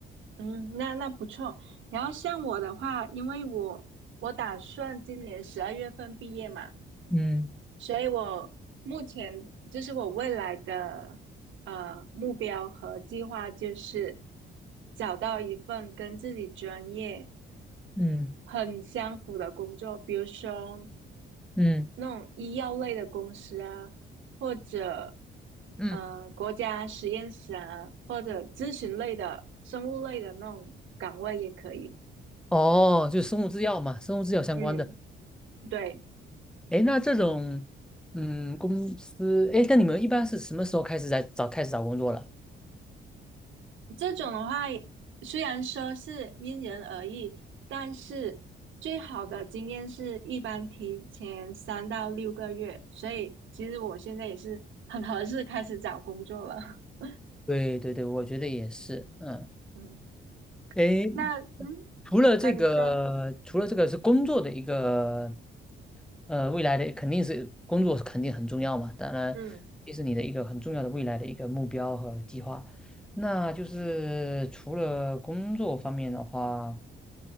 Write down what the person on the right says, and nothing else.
嗯，那那不错。然后像我的话，因为我我打算今年十二月份毕业嘛，
所以我目前就是我未来的呃目标和计划就是找到一份跟自己专业
很相符的工作，比如说
那种医药类的公司啊，或者
呃国家实验室啊，或者咨询类的、生物类的那种岗位也可以。
嗯。对，
这种的话，虽然说是因人而异，但是最好的经验是一般提前三到六个月。所以其实我现在也是很合适开始找工作了。<laughs>
嗯，
那嗯
啊，你说，
嗯，